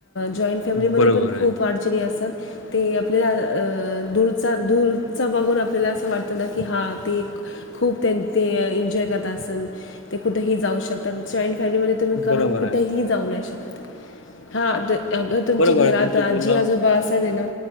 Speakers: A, on the left; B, on the left.
A: जॉईंट फॅमिलीमध्यें
B: बरोबर
A: पणं
B: आहे,
A: खूंप अडचणी असत्यांत ते आपल्यांला दू दूंरचां बघूंन आपल्यांला तिला असं वाटलं की हां ती खूंप ते एन्जॉय करतं असंन ते कुठंही जाऊं शकतांत जॉईंट फॅमिलीमध्यें तुम्हीं कां
B: बरोबर
A: कुठेही
B: आहे.
A: जाऊं नाहीं शकतं हां अगं तुमच्यां
B: बरोबर आहे
A: घरांत
B: तुमचं बोलणं
A: आजी आजोबा असतं आहे नां